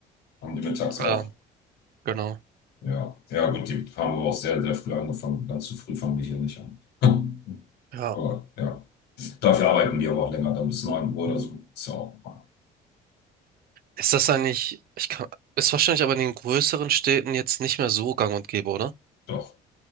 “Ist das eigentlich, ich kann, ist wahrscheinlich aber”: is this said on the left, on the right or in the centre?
Right